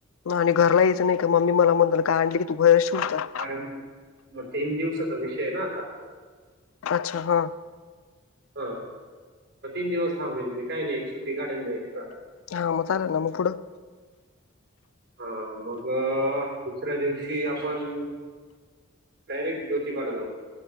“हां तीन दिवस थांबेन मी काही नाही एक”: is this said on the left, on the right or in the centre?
Right